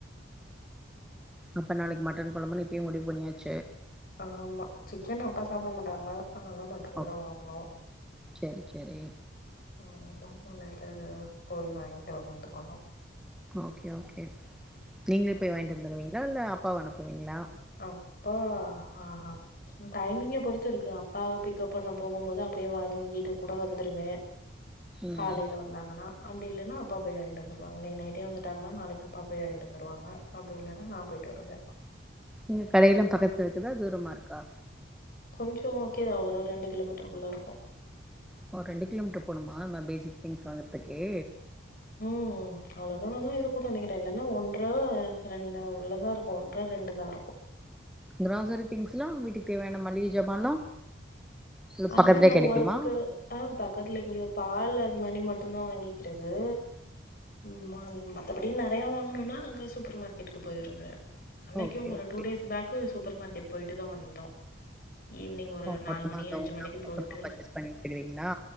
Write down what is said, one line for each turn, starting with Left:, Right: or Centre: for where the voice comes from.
Centre: அப்ப நாளைக்கு மட்டன் கொழம்புனு இப்பயே முடிவு பண்ணியாச்சு
Left: ஆமா சிக்கன் அப்பா சாப்ட மாட்டாங்க அதுனால மட்டன்
Centre: ஓ
Left: தா வாங்கணு
Centre: செரி செரி
Left: <unintelligible> போய் வாங்கிட்டு வந்துக்கணு
Centre: ஓகே ஓகே நீங்களே
Left: ம்
Centre: போய் வாங்கிட்டு வந்துருவீங்களா இல்ல அப் அப்பாவ அனுப்புவீங்ளா
Left: அப்பா அஹா டைமிங்க பொறுத்து இருக்கு அப்பாவ பிக்கப் பண்ண போகும் போது அப்படியே வாங்கிட்டு கூட வந்துருவே
Centre: ம்
Left: காலைல வந்தாங்கன்னா அப்டி இல்லனா அப்பா போய் வாங்கிட்டு வந்துருவாங்க இன்னைக்கு நைட்டே வந்துட்டாங்கனா நாளைக்கு அப்பா போய் வாங்கிட்டு வந்துருவாங்க அப்டி இல்லனா நா போயிட்டு வருவே
Centre: நீங்க கடையெல்லா பக்கத்துல இருக்குதா தூரமா இருக்கா
Left: கொஞ்சோ ஓகே தா ஒரு ரெண்டு கிலோமீட்டருக்குள்ள இருக்கும்
Centre: ஓ ரெண்டு கிலோமீட்ரு போணுமா நா பேசிக் திங்ஸ் வாங்கறதுக்கே
Left: ம்ம் அவ்ளோ தூரம் தா இருக்கும்னு நெனைக்கிறே இல்லன்னா ஒன்ற ரெண்டு அவ்ளதா இருக்கும் ஒன்ற ரெண்டுதா இருக்கும்
Centre: கிராசரி திங்ஸ்லா வீட்டுக்கு தேவையான மளிகை ஜாமான்லா இல்ல
Left: அது
Centre: பக்கத்துலயே
Left: நா
Centre: கெடைக்குமா
Left: ஒர்க்கு ஆஹ் பக்கத்துல இங்கயே பால் அது மணி மட்டு தா வாங்கிக்கறது ம் <unintelligible> மத்தபடி நெறையா வாங்கணும்னா அங்க சூப்பர் மார்க்கெட்டுக்கு போயிருவேன் அன்னைக்கும்
Centre: ஓகே
Left: ஒரு
Centre: okay
Left: two days back super market போய்ட்டு தான் வந்தோம் ஈவ்னிங் ஒரு
Centre: ஓ
Left: நாலு
Centre: மொத்தமா
Left: மணி
Centre: அங்க
Left: அஞ்சு
Centre: ஒன்னா
Left: மணிக்கு போய்ட்டு
Centre: மொத்தமா பர்ச்சேஸ் பண்ணி வச்சிடுவீங்களா